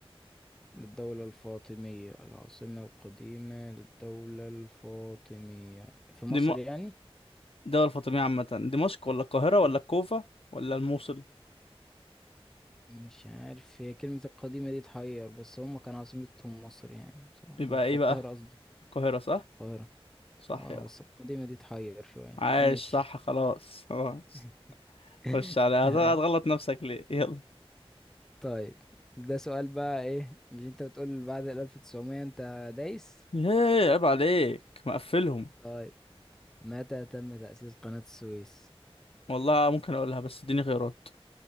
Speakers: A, in the centre; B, on the left.
A: للدولة الفاطمية العاصمة القديمة للدولة الفاطمية في مصر
B: دم...
A: يعني
B: الدولة الفاطمية عامة دمشق ولا القاهرة ولا الكوفة ولا الموصل
A: مش عارف هي كلمة القديمة دي تحير بس هم كان عاصمتهم مصر يعني بصراحة
B: يبقى ايه
A: في القاهرة
B: بقى
A: قصدي
B: القاهرة صح
A: القاهرة
B: صح
A: اه
B: يا
A: بس القديمة دي تحير شوية
B: عاش
A: ماشي
B: صح خلاص خلاص
A: <laughs>
B: خش على هت-
A: تمام
B: هتغلط نفسك ليه يلا
A: طيب ده سؤال بقى ايه مش انت بتقول بعد ال 1900 انت دايس
B: ايه عيب عليك مقفلهم
A: طيب متى تم تأسيس قناة السويس
B: والله ممكن اقولها بس اديني خيارات